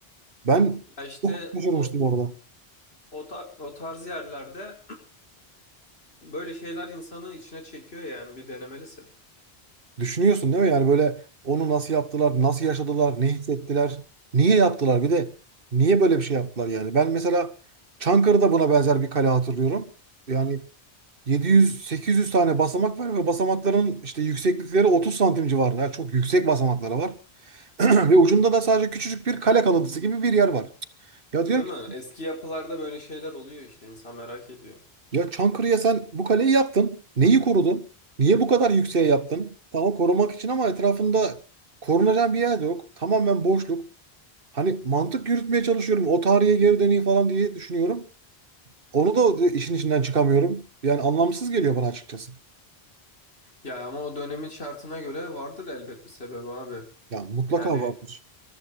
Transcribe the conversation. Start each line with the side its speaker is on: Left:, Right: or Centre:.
Right: Ben
Left: Ya işte
Right: çok şaşırmıştım
Left: o
Right: orada.
Left: o, ta- o tarz yerlerde <clears throat> böyle şeyler insanı içine çekiyor yani bir denemelisin.
Right: Düşünüyorsun değil mi? Yani böyle onu nasıl yaptılar, nasıl yaşadılar, ne hissettiler, niye yaptılar? Bir de niye böyle bir şey yaptılar yani? Ben mesela Çankırı'da buna benzer bir kale hatırlıyorum. Yani
Left: Hı.
Right: 700-800 tane basamak var ve basamakların işte yükseklikleri 30 santim civarında. Yani çok yüksek basamakları var. <clears throat> Ve ucunda da sadece küçücük bir kale kalıntısı gibi bir yer var. Ya
Left: Değil
Right: diyorum
Left: mi?
Right: ki
Left: Eski yapılarda böyle şeyler oluyor işte insan merak ediyor.
Right: Ya Çankırı'ya sen bu kaleyi yaptın. Neyi korudun? Niye bu kadar yükseğe yaptın? Tamam korumak için ama etrafında korunacak bir yer de yok. Tamamen boşluk. Hani mantık yürütmeye çalışıyorum. O tarihe geri döneyim falan diye düşünüyorum. Onu da işin içinden çıkamıyorum. Yani anlamsız geliyor bana açıkçası.
Left: Ya ama o dönemin şartına göre vardır elbet bir sebebi abi.
Right: Yani mutlaka
Left: Yani
Right: vardır.